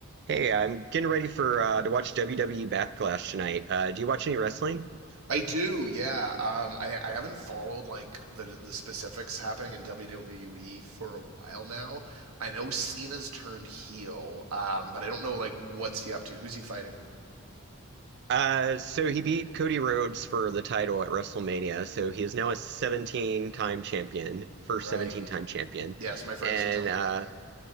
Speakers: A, on the right; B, on the right.
A: Hey, I'm getting ready for uh, to watch WWE Backlash tonight. Uh, do you watch any wrestling?
B: I do, yeah. Um, I I haven't followed like the the specifics happening in WWE for a while now. I know Cena's turned heel, um, but I don't know like what's he up to. Who's he fighting?
A: Uh, so he beat Cody Rhodes for the title at WrestleMania. So he is now a 17-time champion, first
B: Right.
A: 17-time champion,
B: Yes, my friends
A: and
B: did tell me
A: uh,
B: about that.